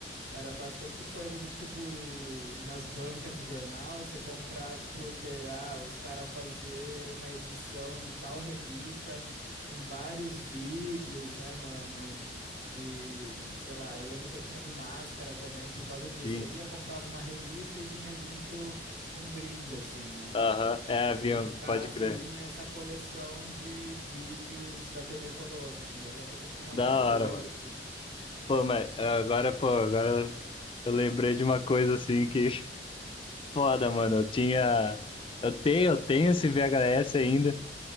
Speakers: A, on the right; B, on the left.
A: Era bastante coisa de tipo nas bancas de jornal, você comprar, tipo, ter, ah, os caras fazer uma edição de tal revista com vários vídeos, né, mano, de, sei lá, eu lembro que eu tinha do Máscara também por causa disso.
B: sim.
A: Você ia, comprava uma revista e vinha junto um brinde assim, né?
B: Aham, é,
A: E aí,
B: Bia,
A: no caso,
B: pode crer.
A: vinha essa coleção de vídeos da TV Colosso, assim. daí Eu lembro que eu tinha
B: Da
A: um ou
B: hora,
A: dois,
B: mano.
A: assim.
B: Pô, mas ah, agora, pô, agora Eu lembrei de uma coisa assim que <laughs> foda, mano. Eu tinha. Eu tenho, eu tenho esse VHS ainda.